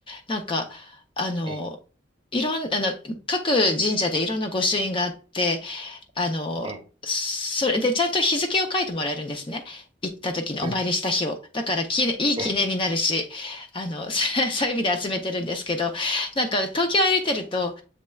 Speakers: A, on the left; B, on the right.
A: なんか、あの、
B: ええ
A: いろん、あの、各神社でいろんな御朱印があって、あの、
B: え
A: それでちゃんと日付を書いてもらえるんですね。行った時にお参りした日を。
B: え
A: だからき、いい記念になるし、
B: ええ
A: あの、<laughs> そういう意味で集めてるんですけど、なんか東京歩いてると、